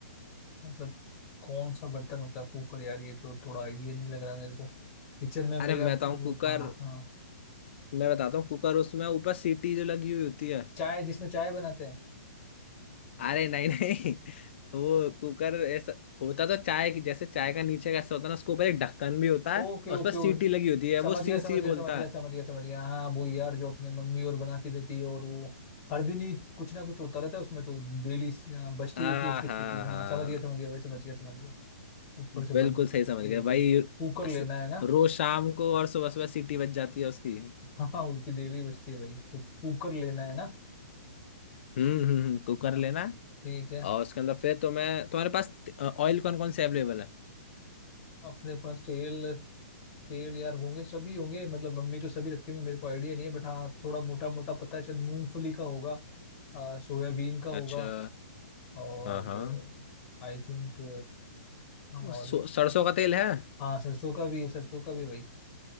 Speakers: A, on the left (about 30°); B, on the left (about 50°).
A: मतलब कौन सा बर्तन होता है कुकर यार ये तो थोड़ा आइडिया नहीं लग रहा मेरे को किचन में
B: अरे
A: मेरा
B: मैं बताऊँ
A: वो
B: कुकर
A: हाँ हाँ
B: मैं बताता हूँ कुकर उसमें ऊपर सीटी जो लगी हुई होती है
A: चाय जिसमें चाय बनाते हैं
B: अरे नहीं नहीं <laughs> वो कुकर ऐसा होता तो चाय की जैसे चाय का नीचे का ऐसा होता है ना उसके ऊपर एक ढक्कन भी
A: <laughs>
B: होता है
A: ओके
B: और
A: ओके
B: उस पर सीटी
A: ओके
B: लगी होती है
A: समझ
B: वो सी
A: गया समझ
B: सी बोलता
A: गया समझ गया
B: है
A: समझ गया समझ गया हाँ वो यार जो अपने मम्मी और बनाती रहती है और वो हर दिन ही कुछ ना कुछ होता रहता है उसमें तो डेली बजती
B: हाँ
A: रहती है उसकी
B: हाँ
A: सीटी हाँ
B: हाँ
A: समझ गया समझ गया भाई समझ गया समझ गया ऊपर से
B: बिल्कुल
A: बंद
B: सही समझ
A: ये
B: गए
A: क्या
B: भाई
A: कुकर
B: अस-
A: लेना है ना
B: रोज शाम को और सुबह सुबह सीटी बज जाती है उसकी
A: <laughs> हाँ उसकी डेली बजती है भाई तो कुकर लेना है ना
B: हम्म हम्म हम्म, कुकर
A: हाँ
B: लेना
A: ठीक है
B: और उसके अंदर फिर तुम्हें तुम्हारे पास ऑयल कौन कौन से अवेलेबल है
A: अपने पास तेल तेल यार होंगे सभी होंगे मतलब मम्मी तो सभी रखती होंगी मेरे को आइडिया नहीं है बट हाँ थोड़ा मोटा मोटा पता है शायद मूंगफली का होगा आ, सोयाबीन का होगा
B: अच्छा
A: और
B: हाँ हाँ
A: आई थिंक और
B: वो सो- सरसों का तेल है
A: हाँ सरसों का भी सरसों का भी भाई